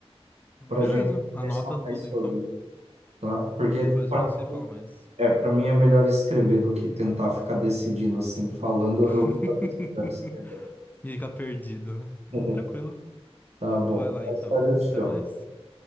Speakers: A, on the left (about 15°); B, on the right (about 85°).
A: beleza,
B: para a gente conversar
A: anota tudo
B: mais sobre,
A: então.
B: tá? Porque
A: Aí depois
B: para
A: a gente se fala
B: mim,
A: mais.
B: é, para mim é melhor escrever do que tentar ficar decidindo assim, falando.
A: <laughs>
B: Eu vou fazer melhor escrevendo.
A: Fica perdido, né?
B: <laughs>
A: Tranquilo.
B: Tá bom.
A: Vai lá
B: Mais
A: então.
B: tarde eu te chamo.
A: Até mais.